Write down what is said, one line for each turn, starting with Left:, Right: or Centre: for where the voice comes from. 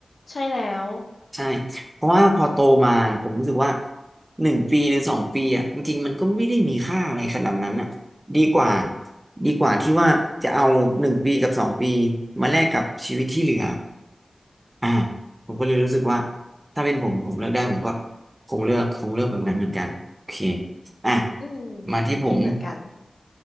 Left: ใช่แล้ว
Right: ใช่เพราะว่าพอโตมาผมรู้สึกว่าหนึ่งปีหรือสองปีอ่ะจริงๆมันก็ไม่ได้มีค่าอะไรขนาดนั้นอ่ะดีกว่าดีกว่าที่ว่าจะเอาหนึ่งปีกับสองปี
Left: อืม
Right: มาแลกกับชีวิตที่เหลืออ่าผมก็เลยรู้สึกว่าถ้าเป็นผมผมเลือกได้ผมก็คงเลือกคงเลือกแบบนั้นเหมือนกันโอเคอ่ะ
Left: อืม
Right: มาที่ผม
Left: คิดเหมือนกัน